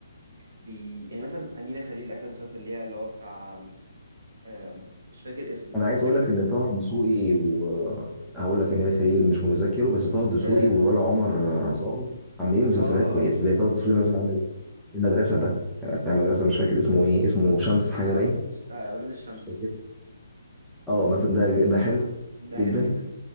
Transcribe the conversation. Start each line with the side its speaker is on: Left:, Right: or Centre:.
Right: بي... يعني مثلا أمينة خليل آخر مسلسل ليها اللي هو بتاع آم، مش فاكر اسمه
Centre: انا عايز
Right: فاكر
Centre: اقول لك
Right: اسمه؟
Centre: ان طه دسوقي وهقول لك امير خليل مش متذكره بس طه دسوقي
Right: آه
Centre: والولا عمر عصام عاملين مسلسلات
Right: آه
Centre: كويسه زي طه دسوقي مثلا عمل المدرسه ده كان بتاع مدرسه مش فاكر اسمه ايه اسمه شمس حاجه
Right: آه
Centre: باين
Right: آه، أولاد الشمس
Centre: مش فاكر اه مثلا ده ده حلو
Right: ده
Centre: جدا
Right: حلو جدا